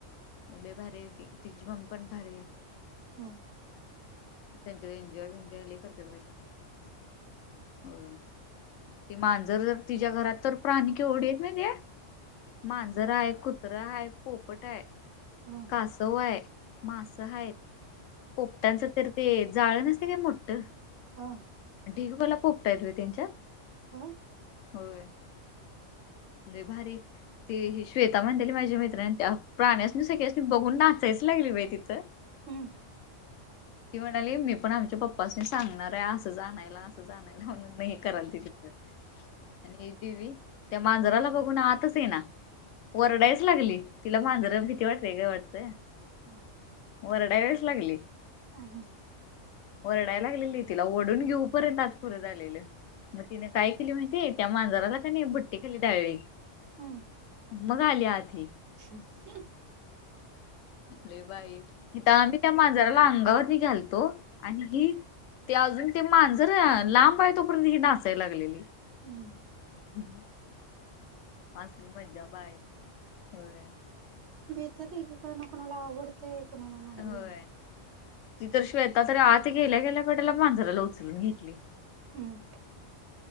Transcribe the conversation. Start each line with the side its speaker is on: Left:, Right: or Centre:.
Left: लई भारी आहे ती, तिची ममी पण भारी आहे.
Right: <unintelligible>
Left: त्यांच्यात एन्जॉय बेन्जॉय लई करतात बाई होय ती मांजर जर तिच्या घरात तर प्राणी केवढे आहेत माहिती आहे. मांजरं आहे, कुत्र आहे, पोपट आहे
Right: <unintelligible>
Left: कासव आहे, मसं आहेत पोपटांच तर ते, जाळ नसते काय मोठ?
Right: <unintelligible>
Left: ढिगवाल पोपट हाईत त्यांच्यात
Right: <unintelligible>
Left: होय लई भारी ती श्वेता म्हणत्याली माझी मैत्रीण त्या प्राण्यासनी सगळ्यासनी बघून नाचायाच लागली बाई ती तर
Right: हम्म
Left: ती म्हणाली मी पण आमच्या पप्पासनी सांगणार आहे असंच आणायला जानायला म्हणून नाही कराल तिकड आणि डी व्ही त्या मांजराला बघून आतच ये ना वरडायच लागली तिला मांजरा भीती वाटते वेगळं वाटतंय.
Right: <unintelligible>
Left: वरडा याच लागली
Right: आणि
Left: वरडाय लागलेली तिला ओढून घेऊ पर्यंत आज पुरं झालेलं मग तिने काय केली माहितीय त्या मांजराला का नाही भट्टी खाली डायळी
Right: हम्म
Left: मग आली आत ही
Right: <unintelligible>
Left: लई बाई इथ आम्ही त्या माजराला अंगावर नि घालतो आणि ही ते अजून ते मांजर लांब आहे तोपर्यंत ही नाचायला लागलेली.
Right: हम्म
Left: <unintelligible> असली मज्जा बाय, होय
Right: <unintelligible> कोणाला आवडतंय कोणाला नाही
Left: होय. ती तर श्वेता तर आत गेल्या गेल्या कडेला मांजराला उचलून घेतली
Right: हम्म